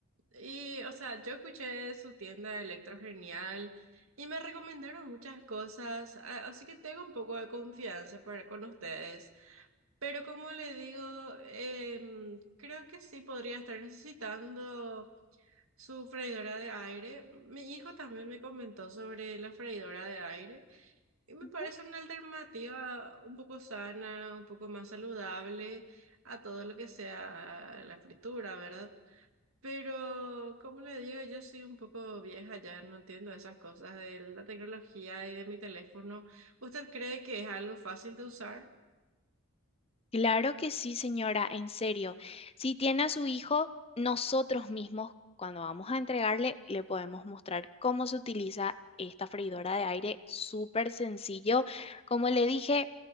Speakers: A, on the right; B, on the left.
A: Y, o sea, yo escuché su tienda de Electro Genial y me recomendaron muchas cosas, a- así que tengo un poco de confianza para con ustedes. Pero como le digo, em, creo que sí podría estar necesitando su freidora de aire. Mi hijo también me comentó sobre la freidora de aire y me
B: Ujú.
A: parece una alternativa un poco sana, un poco más saludable a todo lo que sea la fritura, ¿verdad? Pero, como le digo, yo soy un poco vieja ya, no entiendo esas cosas de la tecnología y de mi teléfono. ¿Usted cree que es algo fácil de usar?
B: Claro que sí, señora, en serio. Si tiene a su hijo, nosotros mismos, cuando vamos a entregarle, le podemos mostrar cómo se utiliza esta freidora de aire, súper sencillo. Como le dije,